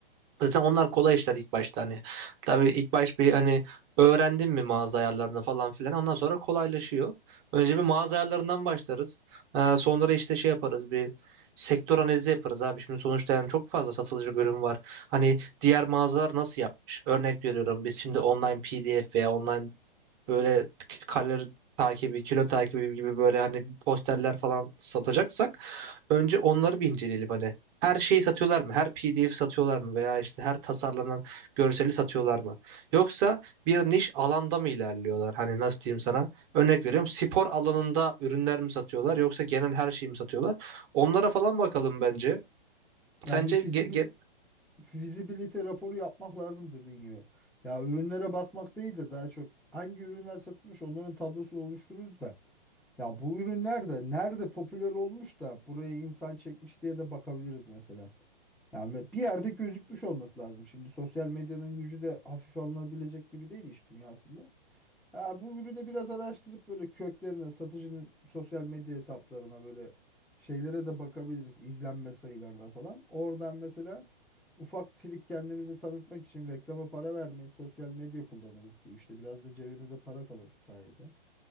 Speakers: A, on the right (about 30°); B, in the centre.
A: Zaten onlar kolay işler ilk başta hani. Tabii ilk baş bir hani öğrendin mi mağaza ayarlarını falan filan ondan sonra kolaylaşıyor. Önce bir mağaza ayarlarından başlarız. Ee, sonra işte şey yaparız bir sektör analizi yaparız abi. Şimdi sonuçta yani çok fazla satılıcı ürün var. Hani diğer mağazalar nasıl yapmış? Örnek veriyorum biz şimdi online PDF veya online böyle kalori takibi, kilo takibi gibi böyle hani posterler falan satacaksak önce onları bir inceleyelim hani. Her şeyi satıyorlar mı? Her PDF satıyorlar mı? Veya işte her tasarlanan görseli satıyorlar mı? Yoksa bir niş alanda mı ilerliyorlar? Hani nasıl diyeyim sana? Örnek veriyorum spor alanında ürünler mi satıyorlar yoksa genel her şeyi mi satıyorlar? Onlara falan bakalım bence.
B: Ya
A: Sence
B: bir fizibi
A: ge- ge-
B: Visibility raporu yapmak lazım dediğin gibi. Ya ürünlere bakmak değil de daha çok hangi ürünler satılmış onların tablosunu oluştururuz da. Ya bu ürünler de nerede popüler olmuş da buraya insan çekmiş diye de bakabiliriz mesela. Yani bir yerde gözükmüş olması lazım. Şimdi sosyal medyanın gücü de hafife alınabilecek gibi değil iş dünyasında. Ha, bu ürünü biraz araştırıp böyle köklerine, satıcının sosyal medya hesaplarına böyle şeylere de bakabiliriz. izlenme sayılarına falan. Oradan mesela ufak trik kendimizi tanıtmak için reklama para vermeyi sosyal medya kullanırız bu işte. Biraz da cebimize para kalır bu sayede.